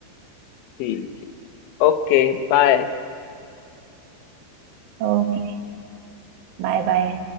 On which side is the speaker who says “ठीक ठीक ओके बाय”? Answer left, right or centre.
Left